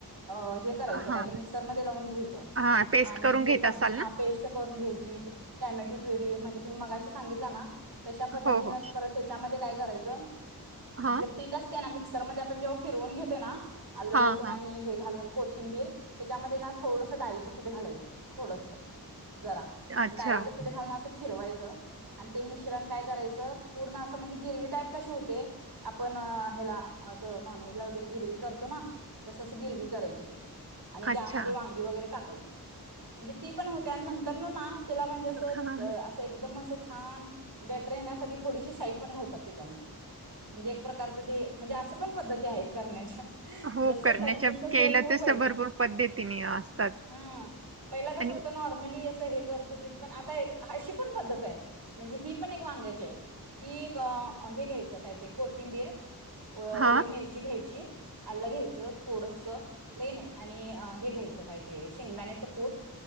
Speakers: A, on the right; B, on the right.
A: अ- हे करायचं
B: हा
A: काय तर मिक्सरमध्ये लावून घ्यायचं
B: हा पेस्ट
A: आणि
B: करून
A: ते
B: घेत
A: पण
B: असाल
A: हा
B: ना?
A: पेस्ट करून घ्यायची. टॅमॅटो प्युरी म्हणजे तुम्ही मगाशी सांगितला ना, तशा पद्धतीनंच
B: हो हो
A: परत त्याच्यामध्ये काय करायचं,
B: हा
A: आपलं पीठ असतय ना मिक्सरमध्ये आपण जेव्हा फिरवून घेतोय ना आल्ल
B: हा
A: लसूण
B: हा
A: आणि हे घालून कोथिंबीर त्याच्यामध्ये ना थोडसं डाळीचं पीठ घालायचं थोडस जरा.
B: अच्छा
A: आणि डाळीचं पीठ घालून असं फिरवायचं. आणि ते मिश्रण काय करायचं, पूर्ण असं म्हणजे गिरवी टाईप कसे होते? आपण ह्याला असं नॉनव्हेज ला वगैरे गिरवी करतो ना. तस अस गिरवी करायची ते आणि
B: अच्छा
A: त्यामध्ये वांगी वगैरे टाक कायची म्हणजे ती पण होत्या आणि नंतर ना तेला म्हणजे असं
B: हा
A: त
B: हा.
A: अस एकदम असं छान बेटर येण्यासाठी थोडीशी शाई पण घालतात त्याच्यामधे. म्हणजे एक प्रकारचं ते म्हणजे असं पण पद्धती आहेत. करण्याच्या
B: हो
A: जसं
B: करण्याच्या
A: करतील तसं
B: केल्या
A: खूप
B: तस
A: आहेत
B: भरपूर पद्धतीने असतात. <inaudible>
A: हा पहिला कसं
B: आणि
A: होतं नॉर्मली असं हे करत होती पण आता अशी पण पद्धत आहे म्हणजे ही पण एक वांग्याच्याय. कि एक हे घ्यायचं काय ते कोथिंबीर, ओली
B: हा
A: मिरची घ्यायची. आलं घ्यायचं थोडस, लई नाही आणि हे घ्यायचं काय ते शेंगदाण्याचं कूट.